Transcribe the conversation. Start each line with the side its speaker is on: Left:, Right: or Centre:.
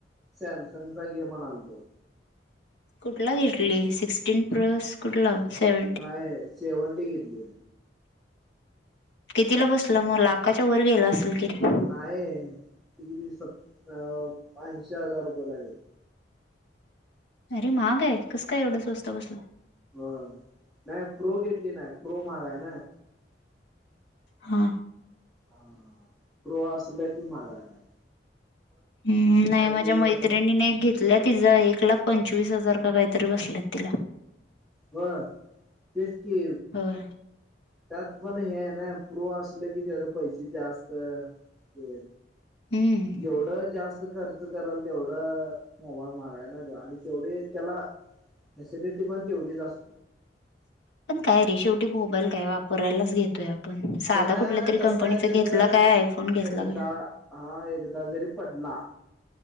Centre: सॅमसंगचा घे म्हणालतो.
Left: कुठला घेेतली, सिक्सटीन प्लस कुठला सेवन
Centre: नाही, सेवनटी घेतली
Left: कितीला बसला मग, लाखाच्या वर गेला असेल कि रे.
Centre: नाही, ते किती सत्त अ ऐंशी हजार रुपये लागलेत.
Left: अरे महाग आहे, कसं काय एवढं स्वस्तं बसला?
Centre: हो, नाही प्रो घेतली नाय प्रो महाग आहे ना.
Left: हा
Centre: हा, प्रो असला की महागाय.
Left: हम्म, नाही माझ्या
Centre: ते
Left: मैत्रिणीने
Centre: कसं आहे
Left: एक घेतला तिचा एक एक लाख पंचवीस हजार का काहीतरी बसल्यात तिला.
Centre: होय, तेच की
Left: होय
Centre: त्यात पण हे ना प्रो असल की त्याचं पैसे जास्त हे
Left: हम्म
Centre: जेवढं जास्त खर्च कराल तेवढं मोबाईल महाग हाय ना तो, आणि तेवढी त्याला फॅसिलिटी पण तेवढीच अस
Left: पण काय रे शेवटी मोबाईल काय वापरायलाच घेत तोय आपण साधा
Centre: खरं
Left: कुठल्या तरी
Centre: कसं
Left: कंपनीचा
Centre: आहे त्याच
Left: घेतला काय आयफोन घेतला
Centre: एकदा
Left: काय
Centre: हा एकदा जरी पडला